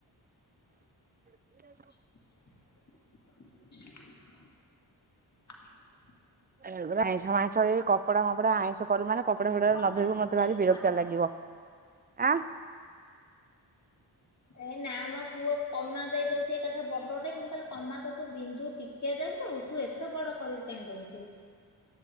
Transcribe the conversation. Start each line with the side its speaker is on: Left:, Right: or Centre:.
Right: ଏଇ
Left: <inaudible>
Right: ଏଗୁରା ଆଇଁଷ ମାଇଁସ ଏ କ କପଡା ଫପଡା ଆଇଁଷ କରୁ ମାନେ କପଡ଼ା ଫପଡା
Left: କମା
Right: ନ ଧୋଇବ,
Left: ଟିକେ
Right: ମତେ ଭାରି
Left: ଦିଆହବ।
Right: ବିରକ୍ତିଆ ଲାଗିବ। ଆଁ
Left: ଏ ନା ମୋ ପୁଅ କମା ଦେଇଦଉଛିି ଏକାଥରେ ବଡଟେ, ମୁଁ କହିଲି କମା ତୁ ବିନ୍ଦୁ ଟିକେ ଦବୁ। ତୁ ଏ ଏତେ ବଡ କରି କାଇଁ ଦଉଚୁ।